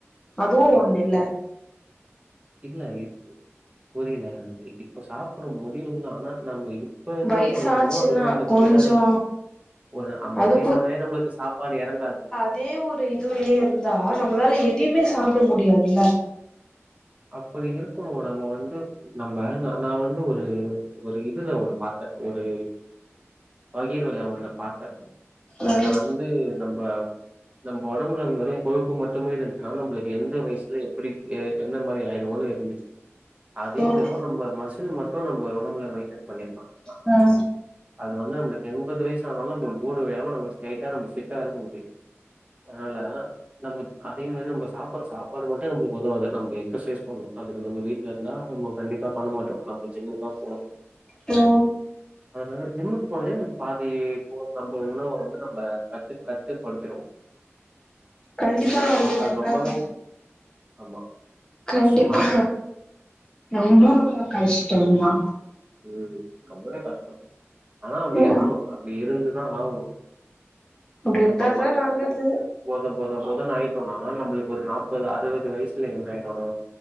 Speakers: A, on the left (about 15°); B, on the right (about 30°).
A: அதுவு
B: இப்
A: ஒண்ணு இல்ல
B: இல்ல புரியல எனக்கு இப்ப சாப்ட முடியும்னா ஆனா நம்ம இப்ப என்ன
A: வயசாச்சுன்னா
B: பண்றோமோ அதுதா நம்மளுக்கு
A: கொஞ்சோ
B: பின்னாடி ஒரு அம்பது
A: அது
B: வயசானாலே நம்மளுக்கு சாப்பாடு எறங்காது
A: இதே ஒரு இதுவுலயே இருந்தா நம்மளால எதையுமே சாப்ட முடியாதுல்ல
B: அப்படி இருக்கணு நம்ம வந்து நம்ம ந நா வந்து ஒரு ஒரு இதுல ஒண்ணு பாத்த ஒரு பகீர்வுல உள்ள பாத்த அதுல
A: ம்
B: வந்து நம்ப நம்ப ஒடம்புல அந்த மாரி கொழுப்பு மட்டுமே இருந்துச்சுன்னா நம்பளுக்கு எந்த வயசுல எப்டி எந்த மாதிரி ஆயிடுவோன்னு இருந்துச்சு அதே
A: ம்
B: வெறு நம்ப இது மட்டு நம்ம ஒடம்புல மெய்ன்டென் பண்ணிர்னு நம்ம
A: ம்
B: அது வந்து நம்பளுக்கு எண்பது வயசானாலு இந்த மூணு எம நம்பளுக்கு ஸ்டைட்டா நம்பளுக்கு ஃபிட்டா இருக்க முடியு அதனால நமக்கு அதே மாரி நம்ப சாப்புற்ற சாப்பாடு மட்டு நம்மளுக்கு உதவாது நம்ப எக்ஸசைஸ் பண்ணணு அதுக்கு நம்ப வீட்ல இருந்தா அவங்க கண்டிப்பா பண்ண மாட்டோ நம்ம ஜிம்முக் தா போணு
A: நோ
B: அதனால ஜிம்முக்கு போனாலே நம்ப பாதி போ நம்ப உணவ வந்து நம்ம கட்டு கட்டுப்படுத்திருவொ
A: கண்டிப்பா எது வந்தாலு
B: அது ரொம்பவே ஆமா
A: கண்டிப்பா
B: கஷ்டம்தான்
A: ரொம்ப ரொம்ப கஷ்டந்தா
B: உம் ரொம்பவே கஷ்டொ ஆனா அப்படி
A: ம்
B: இருக்கனு அது இருந்துதா ஆவணு
A: அப்டி
B: நம்ப
A: இருந்தாதா
B: மொத
A: நல்லது
B: பொத பொத பொதனு ஆயிட்டோனா நம்பளுக்கு ஒரு நாப்பது அறுவது வயசுல என்ன ஆய்டு